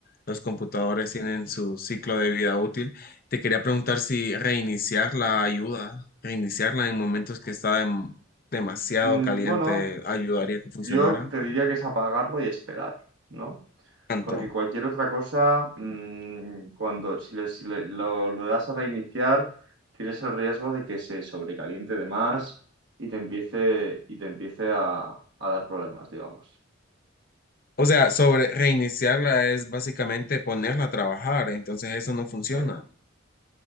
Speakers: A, on the left (about 45°); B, on the right (about 65°).
A: los computadores tienen su ciclo de vida útil. Te quería preguntar si reiniciar la ayuda, reiniciarla en momentos que está dem- demasiado
B: Mm,
A: caliente,
B: bueno,
A: ayudaría que funcionara
B: yo te diría que es apagarlo y esperar, ¿no?
A: tanto.
B: Porque cualquier otra cosa, mm, cuando si, le, si le- lo, lo das a reiniciar, tienes el riesgo de que se sobrecaliente de más y te empiece, y te empiece a, a dar problemas, digamos.
A: O sea, sobre reiniciarla es básicamente ponerla a trabajar, entonces eso no funciona.
B: Sí.